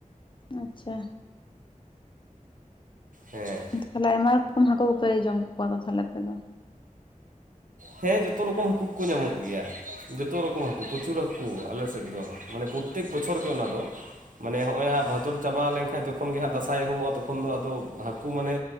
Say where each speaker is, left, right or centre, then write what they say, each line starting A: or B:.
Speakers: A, on the left; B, on the right.
A: ᱟᱸᱪᱪᱷᱟ᱾
B: ᱦᱮᱸ᱾
A: ᱛᱟᱦᱞᱮ ᱟᱭᱢᱟ ᱨᱚᱠᱚᱢ ᱦᱟᱠᱳ ᱠᱚᱯᱮ ᱡᱚᱢ ᱠᱚᱣᱟ ᱛᱚ ᱛᱟᱦᱞᱮ ᱟᱯᱮ ᱫᱚ?
B: ᱦᱮᱸ ᱡᱚᱛᱚ ᱨᱚᱠᱚᱢ ᱦᱟᱹᱠᱩ ᱠᱚ ᱧᱟᱢᱚᱜ ᱜᱮᱭᱟ᱾ ᱡᱚᱛᱚ ᱨᱚᱠᱚᱢ ᱦᱟᱹᱠᱩ ᱯᱚᱪᱩᱨ ᱦᱟᱹᱠᱩ ᱟᱞᱮ ᱥᱮᱫ ᱫᱚ᱾ ᱢᱟᱱᱮ ᱯᱚᱛᱛᱮᱠ ᱵᱚᱪᱷᱚᱨ ᱜᱮ ᱚᱱᱟ ᱫᱚ᱾ ᱢᱟᱱᱮ ᱦᱚᱸᱜ-ᱚᱭ ᱦᱟᱸᱜ ᱵᱷᱟᱫᱚᱨ ᱪᱟᱵᱟ ᱞᱮᱱᱠᱟᱷᱡ ᱡᱚᱠᱷᱚᱱ ᱜᱮ ᱦᱟᱸᱜ ᱫᱟᱥᱟᱭ ᱮᱦᱚᱵᱚᱜ-ᱟ ᱛᱚᱠᱷᱚᱱ ᱫᱚ ᱟᱫᱚ ᱦᱟᱹᱠᱩ ᱢᱟᱱᱮ